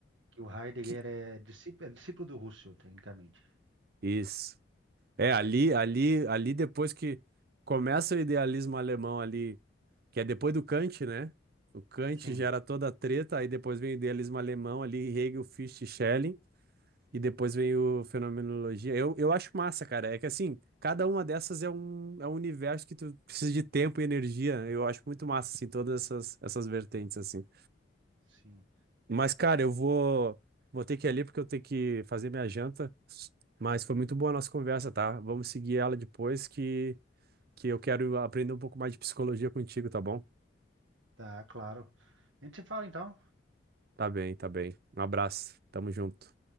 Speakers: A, on the right; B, on the right.
A: Que o Heidegger
B: Que-
A: é discípulo, é discípulo do Husserl, tecnicamente.
B: isso. É, ali, ali, ali depois que começa o idealismo alemão ali, que é depois do Kant, né? O Kant
A: Sim,
B: gera toda a treta, aí depois vem o idealismo alemão ali, Hegel, Fichte, Schelling. E depois veio Fenomenologia. Eu, eu acho massa, cara. É que assim, cada uma dessas é um, é um universo que tu precisa de tempo e energia. Eu acho muito massa, assim, todas essas, essas vertentes, assim.
A: sim.
B: Mas, cara, eu vou, vou ter que ir ali porque eu tenho que fazer minha janta. Mas foi muito boa a nossa conversa, tá? Vamos seguir ela depois que, que eu quero aprender um pouco mais de psicologia contigo, tá bom?
A: Tá, claro. A gente se fala então.
B: Tá bem, tá bem. Um abraço. Tamo junto.